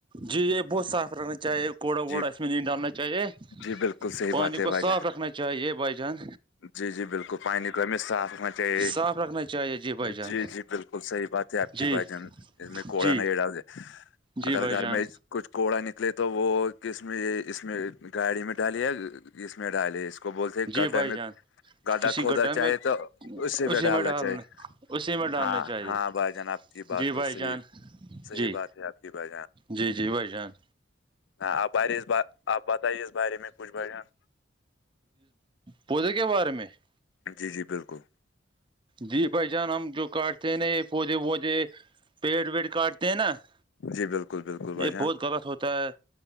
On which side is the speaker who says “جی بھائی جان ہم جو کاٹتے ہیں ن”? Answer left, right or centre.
Right